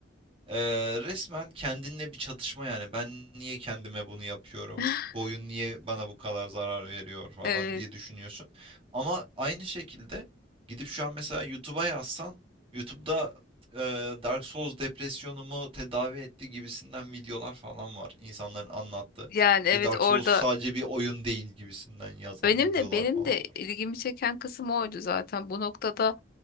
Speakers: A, on the right (about 30°); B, on the left (about 50°).
A: ee, resmen kendinle bir çatışma yani. Ben niye kendime bunu yapıyorum?
B: <laughs>
A: Bu oyun niye bana bu kadar zarar veriyor falan
B: Evet.
A: diye düşünüyorsun. Ama aynı şekilde gidip şu an mesela YouTube'a yazsan YouTube'da e, Dark Souls depresyonumu tedavi etti gibisinden videolar falan var. İnsanların anlattığı.
B: Yani
A: İşte
B: evet
A: Dark
B: orada
A: Souls sadece bir oyun değil gibisinden yazan
B: Benim
A: videolar
B: de benim
A: falan
B: de
A: var.
B: ilgimi çeken kısım oydu zaten. Bu noktada